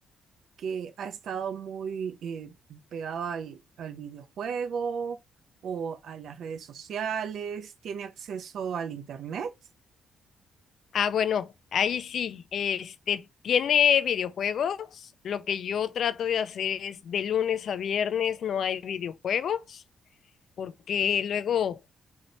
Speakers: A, on the right; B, on the left.
A: que ha estado muy eh, pegado al, al videojuego o a las redes sociales, tiene acceso al internet.
B: Ah, bueno, ahí sí, este, tiene videojuegos. Lo que yo trato de hacer es de lunes a viernes no hay videojuegos, porque luego